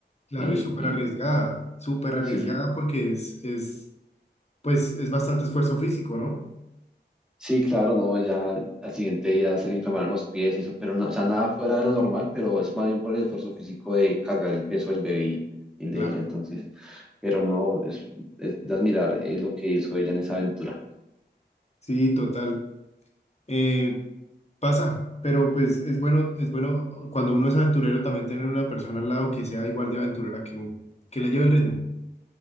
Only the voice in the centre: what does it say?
eh,
y
Sí,
sí, claro, no, ya al siguiente día se le inflamaron los pies y eso, pero no, o sea, nada fuera de lo normal, pero es más bien por el esfuerzo físico de cargar el peso del bebé y el de
ella, entonces, pero no, es, es de admirar eh, lo que hizo ella en esa aventura.